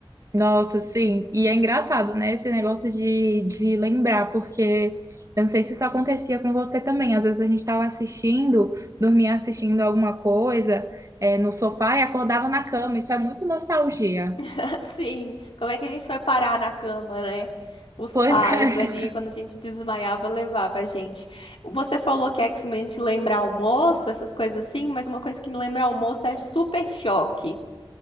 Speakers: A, on the right; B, on the left.
A: Nossa, sim. E é engraçado, né? Esse negócio de, de lembrar, porque eu não sei se isso acontecia com você também. Às vezes a gente tava assistindo, dormia assistindo alguma coisa, eh, no sofá e acordava na cama. Isso é muito nostalgia.
B: <laughs> Assim, como é que a gente foi parar na cama, né? Os
A: Pois
B: pais
A: <laughs> é.
B: ali, quando a gente desmaiava, levava a gente. Você falou que X-Men te lembra almoço, essas coisas assim, mas uma coisa que me lembra almoço é Super Choque.